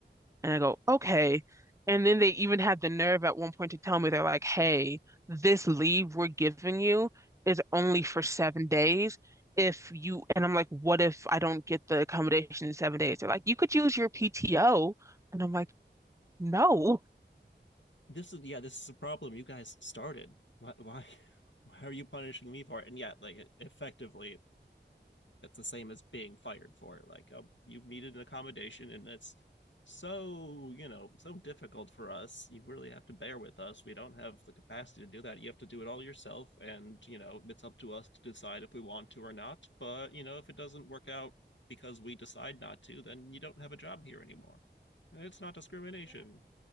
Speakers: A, on the right; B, on the left.
A: And I go, okay. And then they even had the nerve at one point to tell me, they're like, hey, this leave we're giving you is only for seven days. If you, and I'm like, what if I don't get the accommodation in seven days? They're like, you could use your PTO. And I'm like, no.
B: This is yeah. This is a problem you guys started. Why? Why? <laughs> Why are you punishing me for it? And yeah, like it, effectively, That's the same as being fired for it. Like, oh, you needed an accommodation, and that's so you know so difficult for us. You really have to bear with us. We don't have the capacity to do that. You have to do it all yourself, and you know it's up to us to decide if we want to or not. But you know, if it doesn't work out because we decide not to, then you don't have a job here anymore, and it's not discrimination.